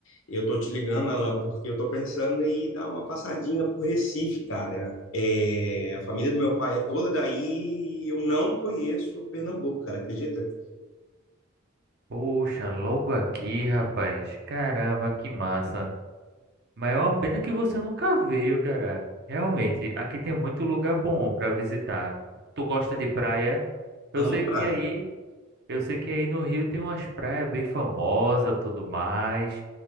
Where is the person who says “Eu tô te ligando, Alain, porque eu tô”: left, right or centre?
Left